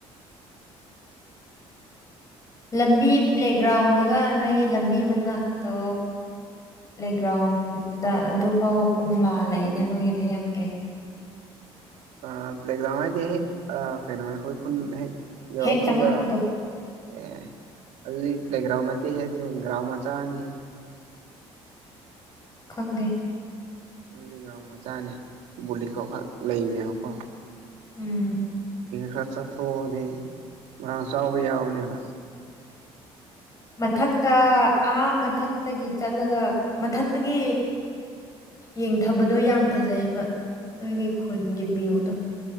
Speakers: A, on the left; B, on the right.
A: ꯂꯝꯕꯤ ꯄ꯭ꯂꯦꯒ꯭ꯔꯥꯎꯟꯗꯒ ꯅꯣꯏꯒꯤ ꯂꯝꯕꯤ ꯃꯅꯥꯛꯇꯣ ꯄ꯭ꯂꯦꯒ꯭ꯔꯥꯎꯟꯗꯨꯗ ꯑꯗꯨꯐꯥꯎ ꯀꯣꯝꯂꯥ ꯂꯩꯅꯦ ꯅꯣꯏꯒꯤꯗꯤ ꯌꯥꯝ ꯐꯩ
B: ꯑ ꯄ꯭ꯂꯦꯒ꯭ꯔꯥꯎꯟ ꯍꯥꯏꯗꯦ ꯍꯦꯛ ꯑ ꯀꯩꯅꯣ ꯑꯩꯈꯣꯏ ꯈꯨꯟꯍꯦꯛ ꯌꯎꯄꯒ
A: ꯍꯦꯛ ꯆꯪꯉꯛꯄꯗꯣ
B: ꯑꯦ ꯑ ꯄ꯭ꯂꯦꯒ꯭ꯔꯥꯎꯟ ꯑꯗꯨꯒ꯭ꯔꯥꯎ ꯃꯆꯥꯥꯅꯤ
A: ꯈꯪꯗꯦ
B: ꯑꯗꯨꯗꯤ ꯒꯔ꯭ꯤꯎꯟ ꯃꯆꯥꯅꯤ ꯀꯣ ꯈ ꯂꯩꯅꯦ ꯑꯀꯣ
A: ꯎꯝ
B: ꯈ ꯆ <unintelligible> ꯊꯣꯛꯑꯗꯤ ꯉꯥꯡ ꯆꯥꯎꯕ ꯌꯥꯎꯅꯦꯕ
A: ꯃꯊ ꯇ ꯑ ꯃꯊꯛꯇꯒꯤ ꯆꯠꯂꯒ ꯃꯊꯛꯇꯒꯤ ꯌꯦꯡꯊꯕꯗꯣ ꯌꯥꯝ ꯐꯖꯩꯑꯕ ꯅꯣꯏꯒꯤ ꯈꯨꯟꯒꯤ ꯚ꯭ꯌꯨꯗꯣ